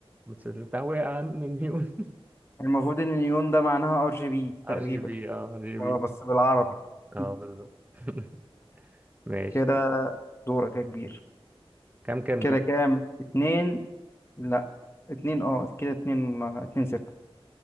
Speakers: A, on the right; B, on the left.
A: بس التهوية أهم من نيون
B: المفروض إن نيون ده معناها ار جي بي
A: <laughs>
B: تقريبا
A: ار جي بي اه ار جي
B: اه
A: بي
B: بس بالعربي
A: اه
B: <laughs>
A: بالظبط <laughs> ماشي
B: كده دورك يا كبير
A: كام كام
B: كده
A: كده
B: كام اتنين لا اتنين اه كده اتنين اتنين صفر